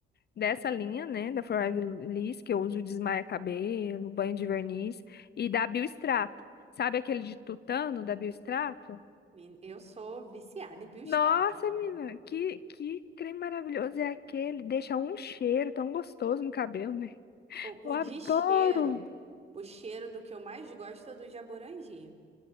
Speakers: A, on the left; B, on the right.
A: dessa linha, né, da Forever Liss, que eu uso desmaia cabelo, banho de verniz, e da Biostrato. Sabe aquele de tutano da Biostrato?
B: Men- Eu sou viciada em bioextratos,
A: Nossa, menina,
B: né?
A: que, que creme maravilhoso é aquele? Deixa um cheiro tão gostoso no cabelo, né?
B: O,
A: Eu
B: o
A: adoro!
B: de cheiro, o cheiro do que eu mais gosto é do jaborandi.